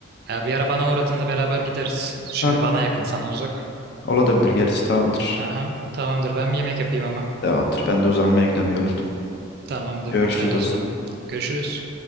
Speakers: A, on the right; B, on the left.
A: Ya bir ara bana uğradığında beraber gideriz. Şimdi
B: Ha,
A: bana yakın sana uzak.
B: olabilir gerçi tamamdır.
A: Aha, tamamdır ben bir yemek yapayım ama.
B: Tamamdır. Ben de uzanmaya gidiyorum yoruldum.
A: Tamamdır.
B: Görüşürüz
A: Haydi
B: dostum.
A: o zaman. Görüşürüz.